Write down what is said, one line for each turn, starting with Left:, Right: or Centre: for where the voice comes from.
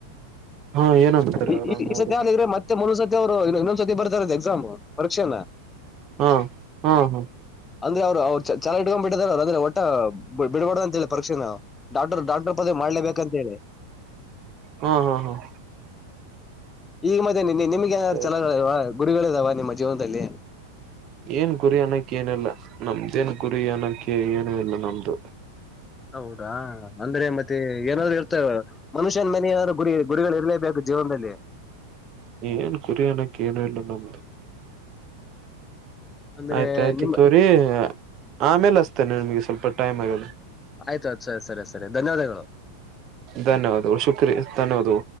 Right: <inaudible> ಹಾ ಏನ್ ಅನ್ತಾರೆ
Left: ಈ
Right: ಅವರಾಮ್
Left: ಈ
Right: ಅವರು
Left: ಸತಿ ಆದ್ರೆ ಮತ್ತೆ ಮುಂದೊಂದ್ ಸತಿ ಅವರು ಇನ್ನೊಂದ್ ಸತಿ ಬರ್ತಾರ ಎಕ್ಸಾಮ್ ಪರೀಕ್ಷೆನ
Right: ಹಾ ಹ್ಮ ಹಾ
Left: ಅಂದ್ರೆ ಅವರು ಅವ್ರು ಚ ಇಡ್ಕೊಂಡ್ ಬಿಟ್ಟಿದಾರರು ಆದ್ರೆ ಒಟ್ಟ ಬಿಡಬಡ ಅಂತ ಪರಿಕ್ಷೆ ನವು ಡಾಕ್ಟರ್ ಡಾಕ್ಟರ್ ಪದವಿ ಮಾಡ್ಲೇಬೇಕಂತ ಹೇಳಿ
Right: ಹ್ಮ್ ಹ್ಮ್ ಹ್ಮ್
Left: ಈಗ ಮತ್ತ ನಿ ನಿಮ್ಗೆ ಏನಾದ್ರು
Right: ಆಯ್ತು
Left: ಚಛಲಗಳಲ್ವಾ ಗುರಿಗಳಿದಾವ ನಿಮ್ಮ ಜೀವನದಲ್ಲಿ
Right: ಏನ್ ಗುರಿ ಅನಕ್ಕೆ ಏನಲ್ಲ ನಮ್ದೇನ್ ಗುರಿ ಅನಕ್ಕೆ ಏನ ಇಲ್ಲ ನಮ್ದು
Left: ಹೌದು ಅಂದ್ರೆ ಮತ್ತೆ ಏನಾದ್ರು ಇರ್ತವೆ ಮನುಷ್ಯನ ಮನೆಯಾದ ಗುರಿ ಗುರಿಗಳು ಇರಲೇಬೇಕು ಜೀವನದಲ್ಲಿ
Right: ಏನ್ ಕುರಿಣಕ್ಕೇನೂ ಇಲ್ಲ ನಮ್ದ
Left: ಅಂದ್ರೆ
Right: ಆಯ್ತಾಯಯ್ತು
Left: ನಿಮ್
Right: ತೋರಿ ಆಮೇಲೆ ಅಸ್ತೇನೆ ನಿಮಗೆ ಸ್ವಲ್ಪ ಟೈಮ್ ಆಗದು
Left: ಆಯ್ತು ಆಯ್ತು ಸರಿ ಸರಿ ಸರಿ ಧನ್ಯವಾದಗಳು
Right: ಧನ್ಯವಾದ ಶುಕ್ರಿಯ ಧನ್ಯವಾದ